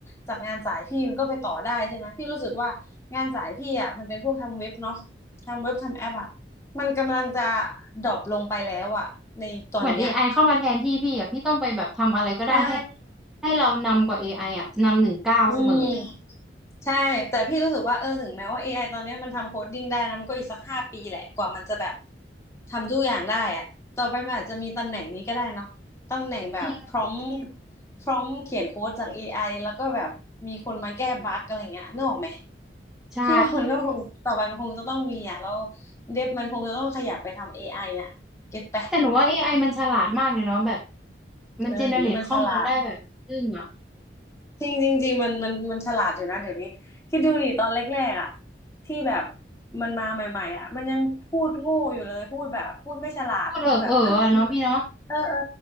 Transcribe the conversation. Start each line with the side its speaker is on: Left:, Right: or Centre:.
Left: จากงานสายพี่มันก็ไปต่อได้ใช่ไหมพี่รู้สึกว่างานสายพี่อะมันเป็นพวกทำเว็บเนาะทำเว็บทำแอปอะมันกำลังจะดรอปลงไปแล้วอะในตอนเนี้ย
Centre: เหมือน AI เข้ามาแทนที่พี่อะพี่ต้องไปแบบทำอะไรก็ได้ให้
Left: ใช่
Centre: ให้เรานำกว่า AI อไออะนำหนึ่งก้าวเสมอ
Left: อืม ใช่แต่พี่รู้สึกว่าเออถึงแม้ว่า AI ตอนเนี้ยมันทำโคดดิ้งได้นะมันก็อีกสักห้าปีแหละกว่ามันจะแบบทำทุกอย่างได้อะต่อไปมันอาจจะมีตำแหน่งนี้ก็ได้เนาะตำแหน่งแบบพร้อม
Centre: จริง
Left: พร้อมเขียนโค้ดจาก AI แล้วก็แบบมีคนมาแก้บั๊กอะไรเงี้ยนึกออกไหม
Centre: ใช่
Left: พี่ว่ามันก็คงต่อไปมันคงจะต้องมีอ่ะแล้วเดฟมันคงจะต้องขยับไปทำ AI อไออ่ะเก็ตปะ
Centre: แต่หนูว่า AI มันฉลาดมากเลยเนาะแบบมันเจเนเรตข้อมูลได้แบบซึ่งอ่ะ
Left: เออเดี๋ยวนี้มันฉลาด จริงจริงจริงมันมันมันฉลาดอยู่นะเดี๋ยวนี้คิดดูดิตอนแรกๆอ่ะที่แบบมันมาใหม่ๆอ่ะมันยังพูดโง่อยู่เลยพูดแบบพูดไม่ฉลาดพูดแบบฮะพิมพ์แบบเออเออ
Centre: พูดเออเอออะเนาะพี่เนาะ